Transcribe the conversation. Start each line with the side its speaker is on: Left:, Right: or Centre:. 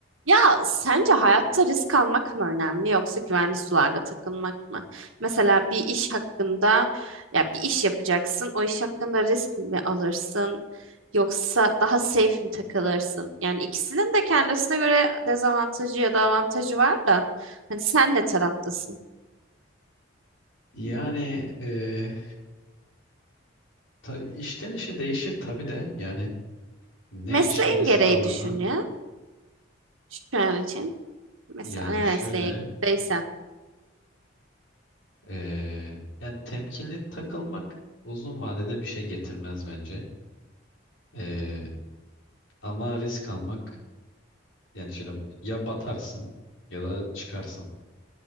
Right: Ya sence hayatta risk almak mı önemli yoksa güvenli sularda takılmak mı? Mesela bir iş hakkında ya bir iş yapacaksın. O iş hakkında risk mi alırsın yoksa daha safe mi takılırsın? Yani ikisinin de kendisine göre dezavantajı ya da avantajı var da hani sen ne taraftasın?
Left: Yani e, ta- işten işe değişir tabii de yani ne
Right: Mesleğin
Left: için risk
Right: gereği
Left: aldığını
Right: düşün ya şu an için. Mesela
Left: yani
Right: ne
Left: şöyle
Right: mesleğindeysen.
Left: e, yani temkinli takılmak uzun vadede bir şey getirmez bence. E, ama risk almak yani şöyle ya batarsın ya da çıkarsın.